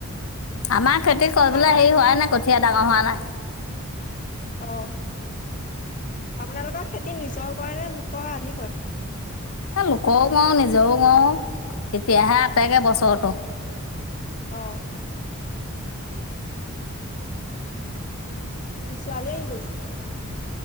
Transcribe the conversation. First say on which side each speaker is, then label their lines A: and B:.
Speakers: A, on the left; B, on the left.
A: আমাৰ খেতি কৰিবলৈ
B: পাত
A: হেৰি হোৱাই নাই কঠীয়াা ডাঙৰ হোৱা নাই
B: অ আপোনালোকৰ খেতি নিজৰ কৰে নে লোকৰ আধি কৰে
A: এই লোকও কৰো নিজৰও কৰো তেতিয়াহে আটেগৈ বছৰটো
B: অ ছোৱালীয়ে আহি গৈছে